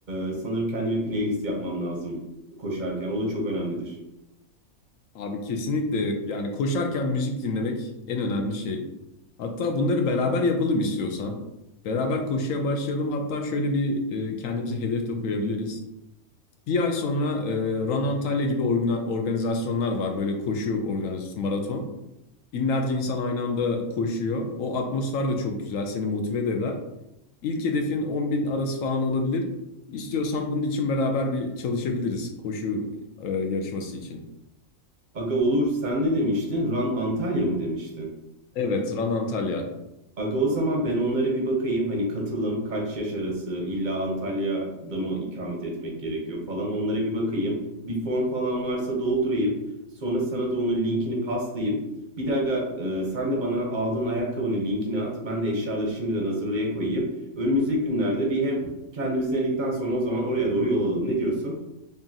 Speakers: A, on the right (about 40°); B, on the left (about 65°).
A: e, sanırım kendime playlist yapmam lazım koşarken. O da çok önemlidir.
B: Abi kesinlikle yani koşarken müzik dinlemek en önemli şey. Hatta bunları beraber yapalım istiyorsan. Beraber koşuya başlayalım. Hatta şöyle bir e, kendimize hedef de koyabiliriz. Bir ay sonra e, Run Antalya gibi organa- organizasyonlar var. Böyle koşu organizasyonu, maraton. Binlerce insan aynı anda koşuyor. O atmosfer de çok güzel. Seni motive de eder. İlk hedefin 10 bin arası falan olabilir. İstiyorsan bunun için beraber bir çalışabiliriz koşu e, yarışması için.
A: Aga olur sen ne demiştin? Run Antalya mı demiştin?
B: Evet, Run Antalya.
A: Aga o zaman ben onlara bir bakayım. Hani katılım, kaç yaş arası, illa Antalya'da mı ikamet etmek gerekiyor falan. Onlara bir bakayım. Bir form falan varsa doldurayım. Sonra sana da onun linkini paslayayım. Bir de aga e, sen de bana aldığın ayakkabının linkini at. Ben de eşyaları şimdiden hazırlaya koyayım. Önümüzdeki günlerde bir hem kendimiz denedikten sonra o zaman oraya doğru yol alalım. Ne diyorsun?